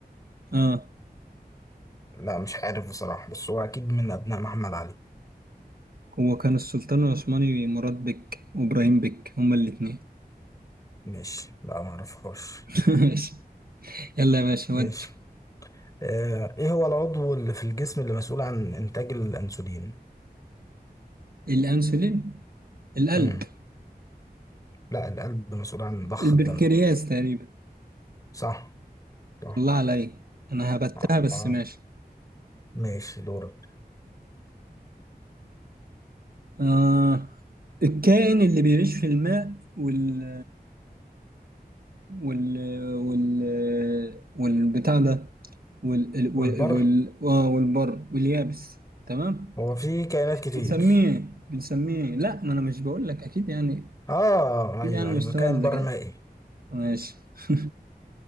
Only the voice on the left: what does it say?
لا مش عارف بصراحة بس هو اكيد من ابناء محمد علي
ماشي لا ما اعرفهاش
ماشي
آه ايه هو العضو اللي في الجسم اللي مسؤول عن انتاج الانسولين
امم لا القلب مسؤول عن ضخ
الدم
صح صح
آه.
آه.
ماشي دورك
والبر
هو في كائنات كتير
اه
ايوه
ايوه كائن
برمائي